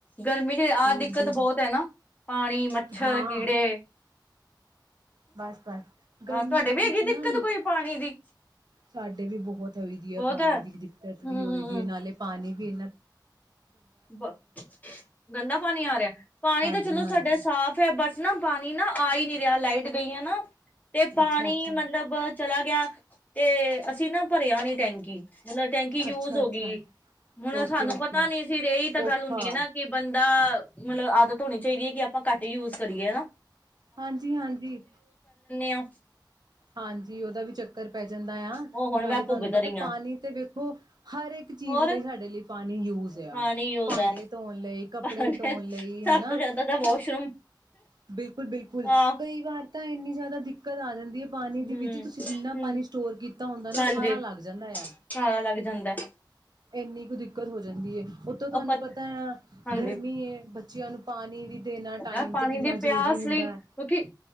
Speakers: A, on the left; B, on the right.
A: ਗਰਮੀ ਦੇ ਆਹ
B: ਬਸ
A: ਦਿੱਕਤ
B: ਗਰ
A: ਬਹੁਤ ਪਾਣੀ ਮੱਛਰ
B: ਹਾਂ
A: ਕੀੜੇ
B: ਬਸ ਬਸ
A: ਹਾਂ
B: ਗਰਮੀ
A: ਤੁਹਾਡੇ ਵੀ
B: ਦੇ ਵਿੱਚ
A: ਹੈਗੀ ਦਿੱਕਤ
B: ਨਾ ਲੀ
A: ਕੋਈ ਪਾਣੀ ਦੀ
B: ਸਾਡੇ ਵੀ ਬਹੁਤ ਵਧੀਆ
A: ਬਹੁਤ
B: ਪਾਣੀ
A: ਹੈ
B: ਦੀ ਦਿੱਕਤ ਵੀ
A: ਹਮ
B: ਹੋਏਗੀ ਨਾਲੇ ਪਾਣੀ ਵੀ ਇਨਾ
A: ਬ ਗੰਦਾ ਪਾਣੀ ਆ ਰਿਹਾ ਪਾਣੀ
B: ਹਾਂਜੀ
A: ਤਾਂ ਚਲੋ
B: ਹਾਂਜੀ
A: ਸਾਡੇ ਸਾਫ ਹ ਬਸ ਨਾ ਪਾਣੀ ਨਾ ਆ ਹੀ ਨਹੀਂ ਤੇ ਆ ਲਾਈਟ ਗਈਆਂ ਨਾ ਤੇ ਪਾਣੀ
B: ਅੱਛਾ ਅੱਛਾ
A: ਮਤਲਬ ਚਲਾ ਗਿਆ ਤੇ ਅਸੀਂ ਨਾ ਭਰਿਆ ਨੀ ਟੈਂਕੀ ਮਤਲਬ ਟੈਂਕੀ ਯੂਜ
B: ਅੱਛਾ
A: ਹੋ
B: ਅੱਛਾ
A: ਗਈ, ਹੁਣ
B: ਓਕੇ
A: ਸਾਨੂੰ
B: ਓਕੇ
A: ਪਤਾ ਨੀ ਇਹੀ ਤਾਂ
B: ਔਖਾ
A: ਗੱਲ ਹੁੰਦੀ ਹੈ, ਨਾ ਕਿ ਬੰਦਾ ਮਤਲਬ ਆਦਤ ਹੋਣੀ ਚਾਹੀਦੀ ਹੈ ਕਿ ਆਪਾਂ ਘੱਟ ਹੀ ਯੂਜ ਕਰੀਏ ਹਨਾ।
B: ਹਾਂਜੀ ਹਾਂਜੀ,
A: ਹਾਂ
B: ਹਾਂਜੀ ਉਹਦਾ ਵੀ ਚੱਕਰ ਪੈ ਜਾਂਦਾ ਆ,
A: ਉਹ ਹੁਣ
B: ਨਾਲੇ
A: ਮੈਂ
B: ਤੁਹਾਨੂੰ
A: ਭੁਗਤ
B: ਪਤਾ
A: ਰਹੀ ਹਾਂ
B: ਪਾਣੀ ਤੇ ਵੇਖੋ ਹਰ ਇੱਕ ਚੀਜ਼
A: ਹੋਰ
B: ਲਈ ਸਾਡੇ ਲਈ ਪਾਣੀ ਯੂਜ ਆ,
A: ਪਾਣੀ ਯੂਜ
B: ਭਾਂਡੇ
A: ਹੈ
B: ਧੋਣ ਲਈ ਤੇ ਕੱਪੜੇ
A: ਪਾਣੀ
B: ਧੋਣ ਲਈ
A: ਸਭ
B: ਹਨਾ।
A: ਤੋਂ ਜ਼ਿਆਦਾ ਤਾਂ ਵਾਸ਼ਰੂਮ
B: ਬਿਲਕੁਲ ਬਿਲਕੁਲ,
A: ਆਹ
B: ਕਈ ਵਾਰ ਤਾਂ ਇੰਨੀ ਜ਼ਿਆਦਾ ਦਿੱਕਤ ਦਿੱਕਤ ਆ ਜਾਂਦੀ ਹੈ। ਪਾਣੀ
A: ਹਮ
B: ਦੇ ਵਿੱਚ ਤੁਸੀਂ ਜਿੰਨਾ
A: ਹਮ
B: ਪਾਣੀ ਸਟੋਰ ਕੀਤਾ ਹੁੰਦਾ ਨਾ
A: ਹਾਂਜੀ
B: ਉਹ ਸਾਰਾ ਲੱਗ ਜਾਂਦਾ ਆ
A: ਸਾਰਾ ਲੱਗ ਜਾਂਦਾ
B: ਇੰਨੀ ਕੁ ਦਿੱਕਤ ਦਿੱਕਤ ਹੋ ਜਾਂਦੀ ਹੈ। ਉਤੋਂ ਤੁਹਾਨੂੰ
A: ਆਪਾਂ
B: ਪਤਾ ਆ,
A: ਹਾਂਜੀ
B: ਗਰਮੀ ਏ ਬੱਚੇ ਬੱਚਿਆਂ ਨੂੰ ਪਾਣੀ ਵੀ ਦੇਣਾ
A: ਪਤਾ
B: ਟਾਈਮ
A: ਪਾਣੀ
B: ਤੇ ਕਿੰਨਾ
A: ਦੇ ਪਿਆਸ
B: ਜ਼ਰੂਰੀ ਹੁੰਦਾ
A: ਲਈ, ਕਿਊਂਕਿ,
B: ਹੈ